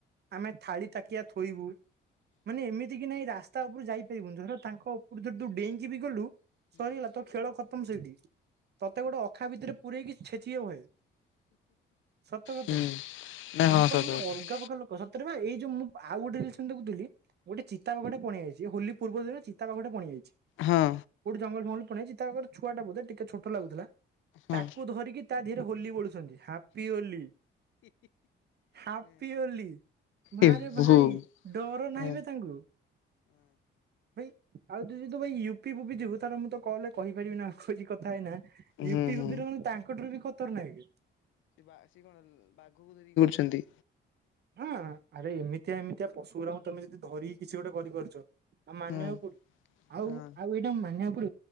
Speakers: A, on the right (about 55°); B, on the left (about 75°).
A: ଆମେ ଥାଳି ତାକିଆ ଥୋଇବୁ ମାନେ ଏମିତି କି ନାଇଁ ରା ରାସ୍ତା ଉପରୁ ଯାଇପାରିବୁନି ଧ ତାଙ୍କ ଉପରୁ ଧରୁ ଡେଇଁକି ବି ଗଲୁ ସରିଗଲା ତ ଖେଳ ଖତମ ସେଇଠି ତତେ ଗୋଟେ ଅଖା ଭିତରେ ପୁରୀ କି ଛେଚିବେ ବହେ। ସତ କଥା
B: ହୁଁ ନା
A: ତାଙ୍କର
B: ହଁ ସତ
A: ମାନେ
B: କଥା
A: ଅଲଗା ଅଲଗା ଲୋକ ସତରେ ବା ଏଇ ଯୋଉ ମୁ ଆଉ ଗୋଟେ ସେମତି ଦେଖୁଥିଲି। ଗୋଟେ ଚିତା ବାଘ ଟେ ପଣିଆଇଛି। ସି ହୋଲି ପୂର୍ବ ଦିନ ଚିତା ବାଘ ଟେ ପଣି ଯାଇଛି।
B: ହଁ
A: କୋଉଠି ଜଙ୍ଗଲ ଫଙ୍ଗଲ ହେଇଚି ତାର ଛୁଆଟା ବୋଧେ ଟିକେ ଛୋଟ ଲାଗୁଥିଲା।
B: ହଁ।
A: ତାକୁ ଧରିକି ତା ଦେହରେ ହୋଲି ବୋଳୁଛନ୍ତି। ହାପି ହୋଲି। ହାପିଅଲି ଭାରେ
B: ଏ ବୋ
A: ଭାଇ ଡର ତା ନାଇଁ
B: ହଁ
A: ବେ ତାଙ୍ଗୁରୁ ୟି ଆଉ ବି ତୁ ଯଦି ୟୁପି ଫ୍ୟୁପି ଯିବୁ ତ ମୁଁ ତ କଲ ରେ କହିପାରିବି ନା କହୁଛି କଥା ହେଇନା।
B: ହୁଁ
A: ୟୁପି
B: ହୁଁ।
A: ଫିଉପି ରେ ମାନେ ତାଙ୍କଠାରୁ ବି ଖତର ନାକେ।
B: ଛନ୍ତି।
A: ହଁ ଆରେ ଏମିତିଆ ଏମିତିଆ ପଶୁ ଗୁରାଙ୍କୁ ତମେ ଯଦି ଧରିକି କିଛି ଗୋଟେ କରିପାରୁଛ। ଆଉ ମାନିବାକୁ
B: ହୁଁ
A: ପଡିବ। ଆଉ
B: ହଁ
A: ଆଉ ଏଇଟା ମାନିବାକୁ